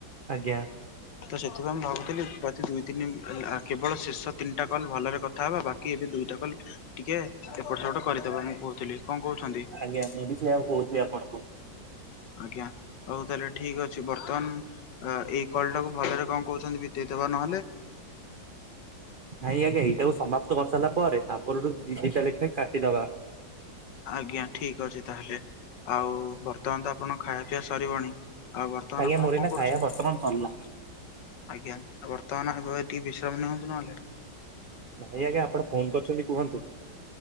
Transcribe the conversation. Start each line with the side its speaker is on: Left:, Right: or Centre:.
Right: ଆଜ୍ଞା।
Left: ତ ସେଥିପାଇଁ ମୁଁ ଭାବୁଥିଲି ପ୍ରତି ଦୁଇ ତିନି କେବଳ ଶେଷ ତିନିଟା କଲ୍ ଭଲରେ କଥା ହେବା ବାକି ଏବେ ଦୁଇଟା କଲ୍ ଟିକେ ଏପଟ ସେପଟ କରିଦବା ମୁଁ କହୁଥିଲି କଣ କହୁଛନ୍ତି?
Right: ଆଜ୍ଞା ମୁଁ ବି ସେୟଆକୁ କହୁଥିଲି ଆପଣଙ୍କୁ।
Left: ଆଜ୍ଞା ହଉ ତାହେଲେ ଠିକ ଅଛି। ବର୍ତ୍ତମାନ ଏଇ କଲ ଟାକୁ ଭଲରେ କଣ କହୁଛନ୍ତି ବିତେଇଦବା ନହେଲେ।
Right: ନାଇଁ ଆଜ୍ଞା ଏଇଟାକୁ ସମାପ୍ତ କରିସାରିଲା ପରେ ଆପରଠୁ ଦି ଦିଟା ଲେଖାଏଁ କାଟିଦବା।
Left: ଆଜ୍ଞା ଠିକ ଅଛି ତାହେଲେ ଆଉ ବର୍ତ୍ତମାନ ତ ଆପଣ ଖାଇବା ପିଇଆ ସରିବଣି। ଆଉ ବର୍ତ୍ତମାନ
Right: ଆଜ୍ଞା
Left: ଆପଣ
Right: ମୋର
Left: କଣ
Right: ଏଇନା ଖାଇବା
Left: କରୁଛନ୍ତି?
Right: ବର୍ତ୍ତମାନ ସରଲା।
Left: ଆଜ୍ଞା ବର୍ତ୍ତମାନ ଏବେ ଟିକେ ବିଶ୍ରାମ ନିଅନ୍ତୁ ନହେଲେ।
Right: ନାଇଁ ଆଜ୍ଞା ଆପଣ ଫୋନ କରିଛନ୍ତି କୁହନ୍ତୁ?